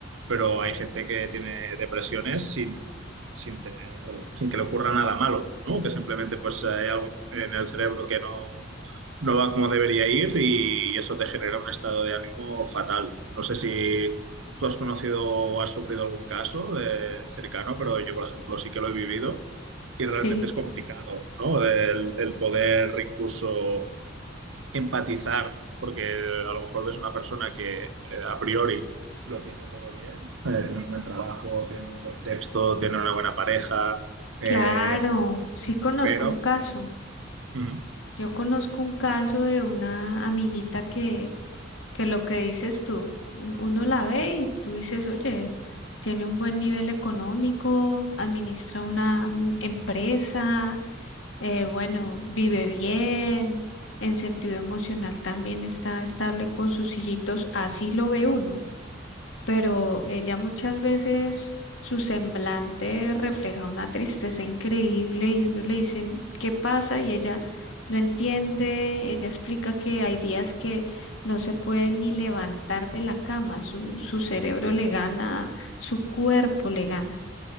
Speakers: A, on the right; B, on the left.
A: pero hay gente que tiene depresiones sin, sin tener, sin que le ocurra nada malo, ¿no? Que simplemente pues hay algo en el cerebro que no, no va como debería ir y eso te genera un estado de ánimo fatal. No sé si tú has conocido o has sufrido algún caso eh, cercano, pero yo, por ejemplo, sí que lo he vivido y realmente
B: Sí,
A: es complicado, ¿no? El, el poder incluso empatizar, porque a lo mejor ves una persona que eh, a priori lo tiene todo bien, eh, tiene un buen trabajo, tiene un buen contexto, tiene una buena pareja, eh,
B: claro, sí conozco
A: pero...
B: un caso.
A: Ujú.
B: Yo conozco un caso de una amiguita que que lo que dices tú, uno la ve y tú dices, oye, tiene un buen nivel económico, administra una mm, empresa, eh,
A: Ya,
B: bueno, vive bien, en sentido emocional también está estable con sus hijitos, así lo ve uno pero
A: ya,
B: ella muchas veces su semblante refleja una tristeza increíble y uno le dice, ¿qué pasa? Y ella no entiende, ella explica que hay días que no se puede ni levantar de la cama, su, su cerebro le
A: ya,
B: gana, su cuerpo le gana.